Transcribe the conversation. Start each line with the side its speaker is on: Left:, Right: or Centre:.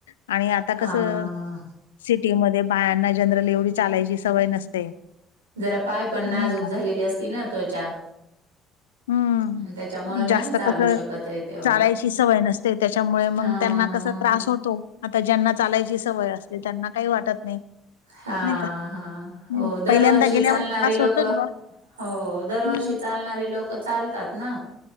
Left: आणि आता
Right: हां,
Left: कसं सिटीमध्ये बायांना जनरली एवढी चालायची सवय नसते.
Right: जरा पाय पण नाजूक
Left: नाही का
Right: झालेली असती ना त्वचा.
Left: हम्म.
Right: अन् त्याच्यामुळं
Left: हम्म जास्त
Right: नाही चालू
Left: कस
Right: शकत आहे तेवढं.
Left: चालायची सवय नसते त्याच्यामुळे
Right: हां,
Left: मग त्यांना कस त्रास होतो. आता ज्यांना चालायची सवय असते त्यांना काही वाटत नाही.
Right: हा
Left: नाही का
Right: हा हो
Left: हम्म. पहिल्यांदा
Right: दरवर्षी
Left: गेल्यावर
Right: चालणारे
Left: त्रास
Right: लोक
Left: होतोच बा
Right: हो दरवर्षी
Left: हम्म
Right: चाल नारे लोक चालतात ना,